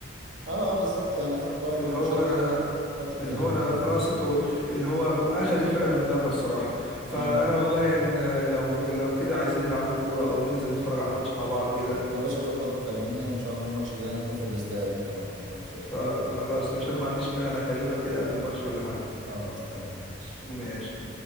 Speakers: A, on the right (about 80°); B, in the centre.
A: اه اه بالظبط يعني حته برضه
B: اللي
A: الماتشات
B: هو
A: دي
B: أنا
A: حته
B: اللي
A: ال
B: هو انا خلاص انتوا اللي هو واخد الفرقه من بابها الصراحه فانا
A: م- م.
B: والله ان لو لو كده عايزين نلعبوا كوره او ننزل نتفرج على الماتش مع بعض كده
A: يا باشا ظبط وكلمني وان شاء الله الماتش الجاي يكون في الاستاد كمان ما يكونش هنا
B: خل- خلاص ماشي انا ما عنديش مانع انا اكلمك كده قبل الماتش ولا حاجه
A: خلاص تمام ماشي
B: ماشي
A: حبيبي.